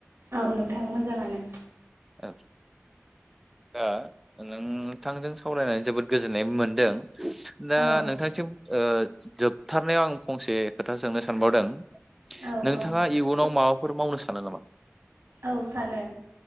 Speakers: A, on the right; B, in the centre.
A: औ नोंथां मोजाङानो
B: औ दा नोंथांजों सावरायनानै जोबोद गोजोननाय मोनदों दा
A: औ
B: नोंथांसिम जोबथारनायाव आं फंसे खोथा सोंनो सानबावदों
A: औ
B: नोंथाङा
A: औ
B: इयुनाव माबाफोर मावनो सानो नामा
A: औ सानो